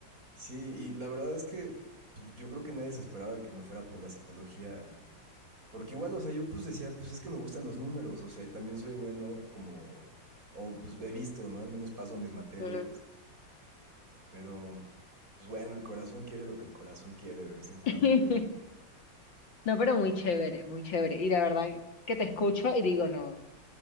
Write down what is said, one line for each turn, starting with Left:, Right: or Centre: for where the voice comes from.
Right: sí, y la verdad es que pues, yo creo que nadie se esperaba que me fuera por la psicología. Porque igual, o sea, yo pues decía, pues es que me gustan los números, o sea, y también soy bueno como, o pues he visto, ¿no? Al menos paso mis materias,
Left: Ujú.
Right: pero pues bueno, el corazón quiere lo que el corazón quiere de vez en cuando
Left: <laughs>
Right: y...
Left: No, pero muy chévere, muy chévere. Y la verdad que te escucho y digo, no,